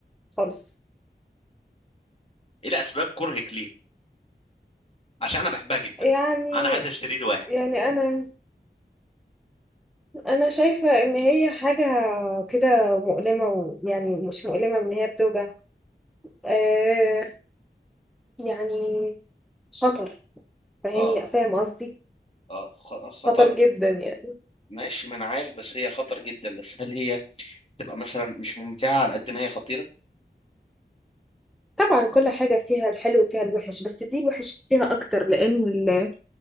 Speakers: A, in the centre; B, on the left.
A: خالص
B: ايه اسباب كرهك ليها؟ عشان انا بحبها جدا
A: يعني
B: انا عايز اشتري لي واحد
A: يعني انا انا شايفة ان هي حاجة كده مؤلمة ويعني مش مؤلمة ان هي بتوجع آه يعني خطر فاهمني
B: اه
A: فاهم قصدي
B: اه خ-
A: خطر
B: خطر
A: جدا يعني
B: ماشي ما انا عارف بس هي خطر جدا بس هل هي تبقى مثلا مش ممتعة على قد ما هي خطيرة
A: طبعا كل حاجة فيها الحلو وفيها الوحش بس دي الوحش فيها اكتر لان